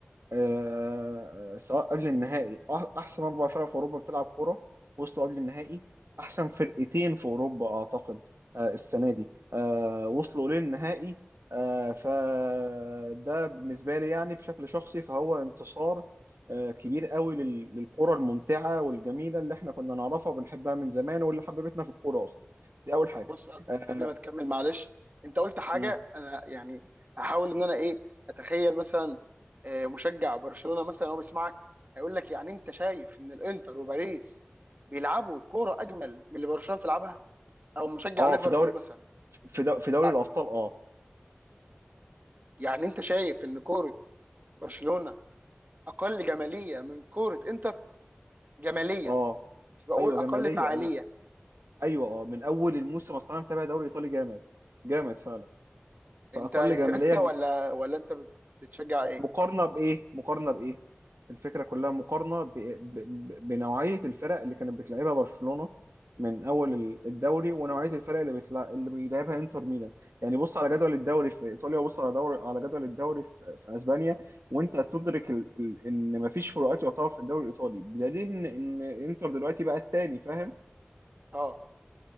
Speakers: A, on the right; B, on the right.
A: آه، سواء قبل النهائي أح- احسن اربع فرق في اوروبا بتلعب كوره وصلوا قبل النهائي احسن فرقتين في اوروبا اعتقد آه، السنه دي آه، وصلوا للنهائي آه، فده بالنسبه لي يعني بشكل شخصي فهو انتصار آه، كبير قوي لل- للكره الممتعه والجميله اللي احنا كنا نعرفها وبنحبها من زمان واللي حببتنا في الكوره اصلا دي اول
B: طب
A: حاجه
B: بص
A: اه
B: قبل ما تكمل معلش انت قلت حاجة
A: مم.
B: انا يعني هحاول ان انا ايه اتخيل مثلا آه، مشجع برشلونة مثلا هو بيسمعك هيقول لك يعني انت شايف ان الانتر وباريس بيلعبوا كورة اجمل من اللي برشلونة بتلعبها؟ او مشجع
A: آه،
B: ليفربول
A: في دوري
B: مثلا
A: في دو- في دوري
B: أ-
A: الابطال اه
B: يعني انت شايف ان كوره برشلونه اقل جماليه من كوره انتر جماليه
A: اه
B: مش بقول
A: ايوه
B: اقل
A: جماليه
B: فعاليه
A: ايوه ايوه اه من اول الموسم اصلا انا متابع دوري ايطالي جامد جامد فعلا
B: انت
A: فاقل
B: انترستا
A: جماليه ج-
B: ولا ولا انت بت- بتشجع ايه
A: مقارنه بايه مقارنه بايه الفكره كلها مقارنه ب... ب... ب... بنوعيه الفرق اللي كانت بتلعبها برشلونه من اول ال- الدوري ونوعيه الفرق اللي بتلع... اللي بيلعبها انتر ميلان يعني بص على جدول الدوري في ايطاليا وبص على دوري على جدول الدوري في, في اسبانيا وانت تدرك ال... ال... ان مفيش فروقات يعتبر في الدوري الايطالي بدليل ان إن انتر دلوقتي بقى الثاني فاهم
B: اه